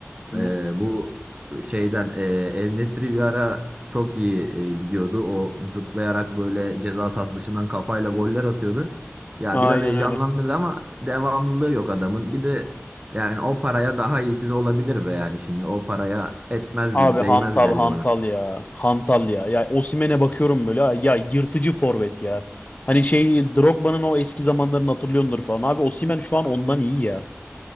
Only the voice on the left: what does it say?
Kimden?
Aynen
öyle.
Abi
hantal
hantal
ya. Hantal ya. Ya Osimhen'e bakıyorum böyle. ha, Ya yırtıcı forvet ya. Hani şey Drogba'nın o eski zamanlarını hatırlıyordur falan. Abi Osimhen şu an ondan iyi ya.